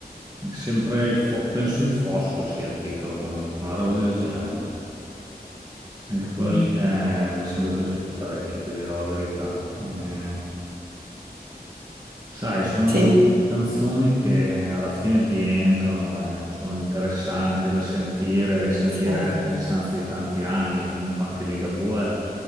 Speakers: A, on the right; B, on the right.
A: È Sempre il fo- Penso il Fosso sia il titolo, comunque, una roba del genere. Anche quella
B: Mm.
A: lì eh, mi è sempre piaciuta parecchio, ti dirò la verità. Eh, Sai, sono
B: Sì,
A: canzoni che alla fine ti entrano e sono interessanti da sentire, e risentire
B: sì,
A: anche a distanza di tanti anni. Comunque anche Ligabue